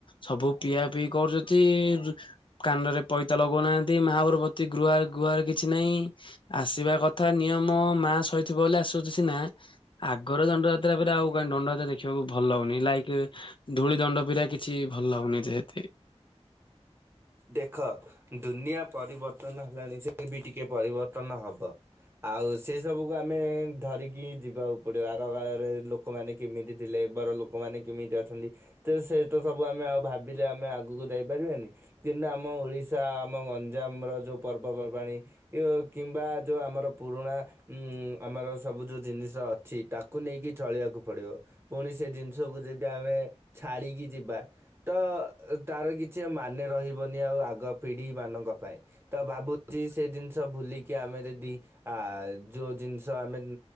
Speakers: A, on the left (about 50°); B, on the right (about 20°).
A: ସବୁ ପିଆ ପିଇ କରୁଛନ୍ତି। କାନରେ ପଇତା ଲଗଉନାହାନ୍ତି ମହାଭରବତୀ ଗୃହା ଗୁହାରେ କିଛି ନାହିଁ। ଆସିବା କଥା ନିୟମ ମା ଶୋଇଥିବ ବୋଲି ଆସୁଛି ସିନା ଆଗର ଦଣ୍ଡ ଯାତ୍ରା ଅପେରା ଆଉ କାଇଁ ଦଣ୍ଡଯାତ୍ରା ଦେଖିବାକୁ ଭଲ ଲାଗୁନି ଲାଇକ୍ ଧୂଳି ଦଣ୍ଡ ପିିରା କିଛି ଭଲ ଲାଗୁନି ଯେହେତି
B: ଦେଖ ଦୁନିଆ ପରିବର୍ତ୍ତ ତନ ହେଲାଣି ସେ ବି ଟିକେ ପରିବର୍ତ୍ତନ ହବ। ଆଉ ସେ ସବୁକୁ ଆମେ ଧରିକି ଯିବାକୁ ପଡିବ ଆଗ କାଳରେ ଲୋକମାନେ କେମିତି ଥିଲେ ଏବେର ଲୋକ୍ ଲୋକମାନେ କେମିତି ଅଛନ୍ତି ତ ସେ ତ ସବୁ ଆମେ ଆଉ ଭାବିଲେ ଆମେ ଆଗକୁ ଯାଇପାରିବାନି। କିମ୍ତି ଆମ ଓଡ଼ିଶା ଆମ ଗଞ୍ଜାମର ଯୋଉ ପର୍ବପର୍ବାଣି କିଓ କିମ୍ବା ଯେଉଁ ଆମର ପୁରୁଣା ଉଁ ଆମର ସବୁ ଯେଉଁ ଜିନିଷ ଅ ଅଛି ତାକୁ ନେଇକି ଚଳିବାକୁ ପଡିବ ପୁଣି ସେ ଜିନିଷକୁ ଯଦି ଆମେ ଛାଡ଼ିକି ଯିବା। ତ ତାର କିଛି ଆଉ ମାନେ ରହିବନି ଆଉ ଆଗ ପିଢି ମାନଙ୍କ ପାଇଁ। ତ ଭାବୁଛି ସେ ଜିନିଷ ଭୁଲିକି ଆମେ ଯଦି ଆ ଯୋଉ ଜିନିଷ ଆମେ ମ୍